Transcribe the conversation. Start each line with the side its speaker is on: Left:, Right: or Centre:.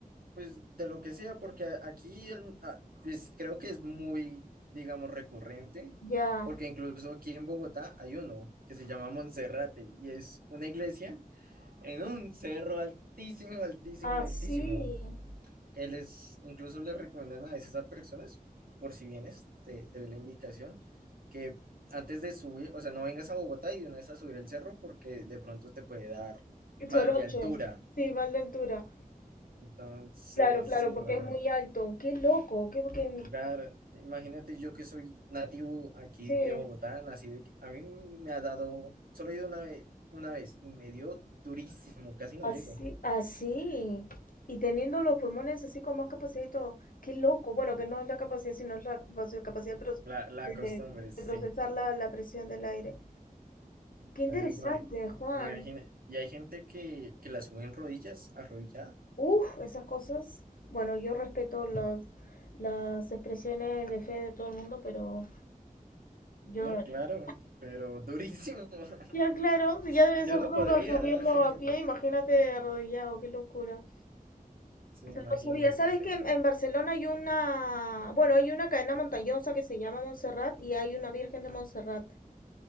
Right: Pues de lo que sea, porque a- aquí el, a- pues creo que es muy, digamos, recurrente,
Left: ya,
Right: porque incluso aquí en Bogotá hay uno que se llama Monserrate y es una iglesia en un cerro altísimo, altísimo,
Left: así,
Right: altísimo. Que les, incluso le recomiendan a veces a personas, por si vienes, te, te doy la indicación, que antes de subir, o sea, no vengas a Bogotá y de una vez a subir el cerro porque de pronto te puede dar mal
Left: Soroche,
Right: de altura.
Left: sí, mal de altura.
Right: Entonces,
Left: Claro, claro,
Right: sí, no.
Left: porque es muy alto. Qué loco, qué, qué-
Right: Claro, imagínate yo que soy nativo aquí
Left: sí.
Right: de Bogotá, nacido, aquí. a mí me ha dado, solo he ido una vez, una vez y me dio durísimo, casi no
Left: Así,
Right: llego.
Left: así. Y teniendo los pulmones así con más capacidad y todo. Qué loco. Bueno, que no es la capacidad, sino es la capaci- capacidad de, pro-
Right: La, la
Left: de-
Right: costumbre,
Left: de-
Right: sí.
Left: de procesar la, la presión del aire. Qué interesante,
Right: Entonces, ma-
Left: Juan.
Right: imagina, y hay gente que, que la sube en rodillas, arrodillada.
Left: Uf, esas cosas. Bueno, yo respeto las, las expresiones de fe de todo el mundo, pero yo
Right: No,
Left: no lo haría.
Right: claro, pero durísimo. <laughs>
Left: Ya, claro, si ya debe
Right: Yo
Left: ser
Right: no
Left: duro
Right: podría.
Left: subirlo
Right: <laughs>
Left: a pie, imagínate arrodillado, qué locura.
Right: Sí, imagínate.
Left: No sabía. ¿Sabes que en, en Barcelona hay una, bueno, hay una cadena montañosa que se llama Montserrat y hay una Virgen de Montserrat.